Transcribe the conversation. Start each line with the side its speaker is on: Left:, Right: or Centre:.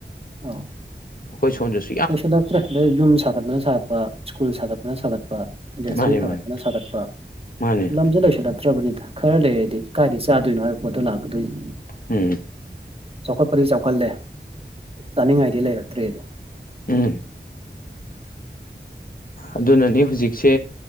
Right: ꯑꯥ
Left: ꯍꯣꯏ ꯁꯣꯟꯁꯤ
Right: ꯅꯁꯨꯗꯣꯛꯇ꯭ꯔꯦ ꯌꯨꯝ ꯁꯥꯒꯠꯄꯅ ꯁꯥꯒꯠꯄ ꯁ꯭ꯀꯨꯜ ꯁꯥꯒꯠꯄꯅ ꯁꯥꯒꯠꯄ ꯏꯟꯗꯁꯇ꯭ꯔꯤ
Left: ꯃꯥꯅꯦ
Right: ꯁꯥꯒꯠꯄꯅ
Left: ꯃꯥꯅꯦ
Right: ꯁꯥꯒꯠꯄ
Left: ꯃꯥꯅꯦ
Right: ꯂꯝꯁꯦ ꯂꯩꯁꯜꯂꯝꯕ ꯐꯠꯇ꯭ꯔꯕꯅꯤꯅ ꯈꯔ ꯂꯩꯔꯗꯤ ꯀꯥꯏꯗꯗꯒꯤ ꯆꯥꯗꯣꯏꯅꯣ ꯍꯥꯏꯕ ꯄꯣꯠꯇꯣ ꯂꯥꯛꯀꯗꯣꯏꯅꯤ
Left: ꯎꯝ
Right: ꯆꯥꯎꯈꯠꯄꯗꯤ ꯆꯥꯎꯈꯠꯂꯦ ꯆꯥꯅꯤꯡꯉꯥꯏꯗꯤ ꯂꯩꯔꯛꯇ꯭ꯔꯦꯗꯣ
Left: ꯎꯝ ꯑꯗꯨꯅꯅꯤ ꯍꯧꯖꯤꯛꯁꯦ